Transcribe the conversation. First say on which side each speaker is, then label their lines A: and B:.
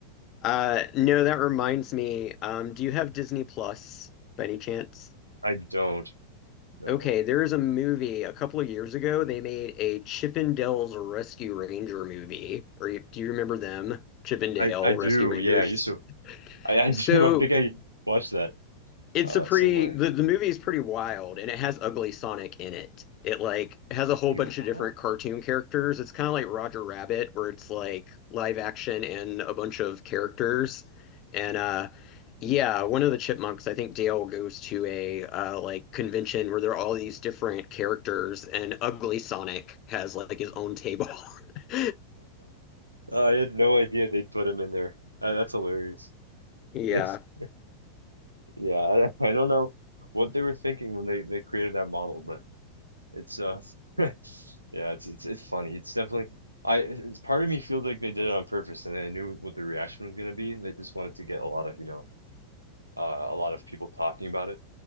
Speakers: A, on the left; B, on the right.
A: Uh, no, that reminds me. Um, do you have Disney Plus by any chance?
B: I don't know.
A: Okay, there is a movie a couple of years ago. They made a Chippendales Rescue Ranger movie. Or you, do you remember them? Chippendale
B: I I do.
A: Rescue Rangers.
B: Yeah, I used to. I I do.
A: So
B: <laughs> I think I watched that
A: It's
B: uh
A: a pretty
B: somewhere.
A: the, the movie is pretty wild and it has Ugly Sonic in it. It like has a whole
B: Hey,
A: bunch
B: what?
A: of different cartoon characters. It's kind of like Roger Rabbit where it's like live action and a bunch of characters. And uh yeah, one of the chipmunks, I think Dale goes to a uh like convention where there are all these different characters and Ugly Sonic has like his own table. <laughs>
B: Uh, I had no idea they'd put him in there. Uh, that's hilarious.
A: Yeah.
B: <laughs> Yeah, I, <laughs> I don't know what they were thinking when they they created that model, but it's uh <laughs> yeah, it's it's it's funny. It's definitely I it's, part of me feels like they did it on purpose and they knew what the reaction was going to be. They just wanted to get a lot of, you know, uh, a lot of people talking about